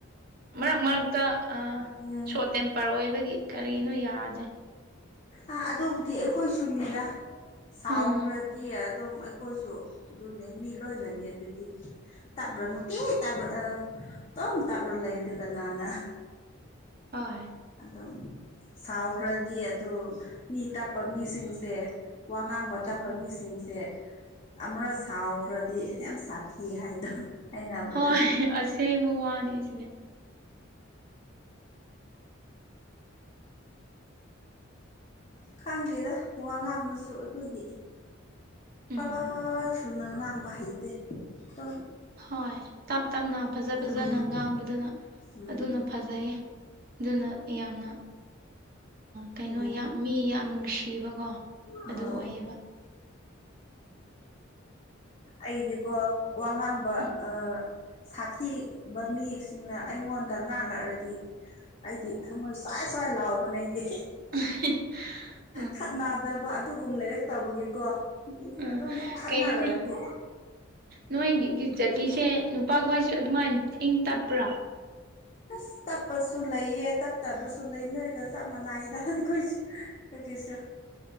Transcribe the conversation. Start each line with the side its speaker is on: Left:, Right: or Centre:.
Right: ꯃꯔꯛ ꯃꯔꯛꯇ
Left: ꯎꯝ
Right: ꯁꯣꯔ ꯇꯦꯝ ꯄꯔꯑꯣꯏꯕꯒꯤ ꯀꯔꯤꯅꯣ ꯌꯥꯗꯦ
Left: ꯑ ꯑꯗꯨꯕꯨꯗꯤ ꯑꯩꯈꯣꯏꯁꯨꯅꯤꯗ ꯁꯥꯎꯈ꯭ꯔꯗꯤ
Right: ꯎꯝ
Left: ꯑꯗꯨꯝ ꯈꯣꯏꯁꯨ ꯑꯗꯨꯅꯦ ꯃꯤ ꯂꯣꯏꯅꯅꯦ ꯑꯗꯨꯗꯤ ꯇꯞꯔ ꯅꯨꯇꯤ ꯇꯞꯔꯥ ꯑꯥ ꯗꯨꯝ ꯇꯞꯔ ꯂꯩꯔꯗꯤ ꯀꯅꯥꯅ
Right: ꯍꯣꯏ
Left: ꯑꯗꯨꯝ ꯑꯗꯨ ꯁꯥꯎꯈ꯭ꯔꯗꯤ ꯑꯗꯣ ꯃꯤ ꯇꯞꯄꯥ ꯃꯤꯁꯤꯡꯁꯦ ꯋꯥ ꯉꯥꯡꯕ ꯇꯞꯄꯥ ꯃꯤꯁꯤꯡꯁꯦ ꯑꯃꯨꯔꯛ ꯁꯥꯎꯈ꯭ꯔꯗꯤ ꯌꯥꯝ ꯁꯥꯊꯤ ꯍꯥꯏꯗꯣ ꯍꯥꯏꯅꯕꯗꯣ
Right: ꯍꯣꯏ ꯑꯁꯦꯡꯕ ꯋꯥꯅꯤ ꯁꯤꯅꯦ
Left: ꯈꯪꯗꯦꯗ ꯋꯥ ꯉꯥꯡꯕꯁꯨ ꯑꯩꯈꯣꯏꯗꯤ
Right: ꯎꯝ,
Left: ꯄꯔ꯭ꯕꯥꯕꯠ ꯊꯨꯅꯥ ꯉꯥꯡꯕ ꯍꯩꯇꯦ ꯗꯨꯝ
Right: ꯍꯣꯏ ꯇꯞ ꯇꯞꯅ ꯐꯖ
Left: ꯎꯝ
Right: ꯐꯖꯅ ꯉꯥꯡꯕꯗꯨꯅ
Left: ꯎꯝ
Right: ꯑꯗꯨꯅ ꯐꯖꯩꯌꯦ ꯑꯗꯨꯅ ꯌꯥꯝꯅ ꯀꯩꯅꯣ
Left: ꯎꯝ
Right: ꯌꯥꯝ ꯃꯤ ꯌꯥꯝ ꯅꯨꯡꯁꯤꯕꯀꯣ
Left: ꯑꯥ
Right: ꯑꯗꯨ ꯑꯣꯏꯌꯦꯕꯥ
Left: ꯑꯩꯗꯤꯀꯣ ꯋꯥ ꯉꯥꯡꯕꯥ
Right: ꯎꯝ
Left: ꯑꯥ ꯁꯥꯊꯤꯕ ꯃꯤꯁꯤꯡꯅꯥ ꯑꯩꯉꯣꯟꯗ ꯉꯥꯜꯂꯛꯔꯗꯤ ꯑꯩꯗꯤ ꯊꯥꯃꯣꯏ ꯁ꯭ꯋꯥꯏ ꯁ꯭ꯋꯥꯏ ꯂꯥꯎꯕꯅꯦ ꯑꯩꯗꯤ
Right: <unintelligible> ꯎꯝ
Left: ꯈꯠꯅꯗꯕ ꯑꯗꯨꯒꯨꯝꯕ ꯂꯩꯔꯛꯇꯕꯒꯤꯀꯣ ꯃꯤ
Right: ꯎꯝ.
Left: ꯑꯗꯨꯝ ꯈꯠꯅꯔꯗꯤ
Right: ꯀꯩꯅꯣꯅꯦ ꯅꯣꯏꯒꯤ ꯖꯥꯇꯤꯁꯦ ꯅꯨꯄꯥꯈꯣꯏꯁꯨ ꯑꯗꯨꯃꯥꯏꯅ ꯏꯪ ꯇꯞꯄ꯭ꯔꯥ
Left: ꯑꯁ ꯇꯞꯄꯁꯨ ꯂꯩꯌꯦ ꯇꯞꯇꯕꯁꯨ ꯂꯩ ꯅꯣꯏꯒ ꯆꯞ ꯃꯥꯟꯅꯏꯗ ꯈꯣꯏꯁꯨ ꯈꯣꯌꯒꯤꯁꯨ